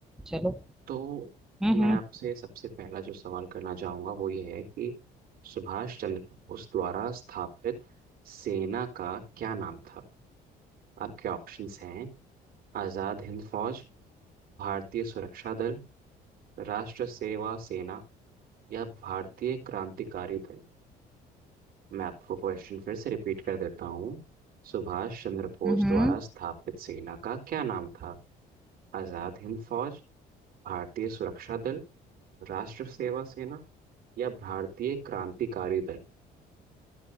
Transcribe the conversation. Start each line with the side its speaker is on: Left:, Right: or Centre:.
Centre: चलो
Right: तो
Centre: हम्म
Right: मैं
Centre: हम्म
Right: आपसे सबसे पहला जो सवाल करना चाहूंगा वो ये है कि सुभाष चंद्र बोस द्वारा स्थापित सेना का क्या नाम था आपके ऑप्शंस हैं आज़ाद हिंद फौज भारतीय सुरक्षा दल राष्ट्र सेवा सेना या भारतीय क्रांतिकारी दल मैं आपको क्वेश्चन फिर से रिपीट कर देता हूँ सुभाष चंद्र बोस
Centre: हम्म
Right: द्वारा स्थापित सेना का क्या नाम था आज़ाद हिंद फौज भारतीय सुरक्षा दल राष्ट्र सेवा सेना या भारतीय क्रांतिकारी दल